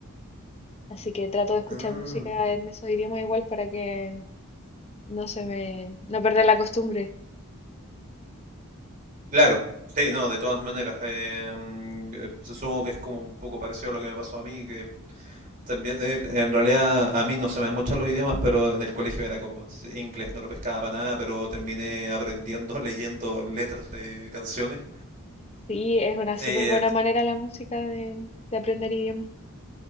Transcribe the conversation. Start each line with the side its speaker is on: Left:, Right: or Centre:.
Left: Así que trato de escuchar
Right: Ah,
Left: música en esos idiomas igual para que no se me, no perder la costumbre.
Right: claro. Sí, no, de todas maneras. em, eh, supongo que es como un poco parecido a lo que me pasó a mí, que También, eh, en realidad, a mí no se me dan mucho los idiomas, pero en el colegio era como sí, inglés, no lo pescaba para nada, pero terminé aprendiendo <laughs> leyendo letras de canciones.
Left: Sí, es una súper
Right: Eh,
Left: buena manera la música de, de aprender idiomas.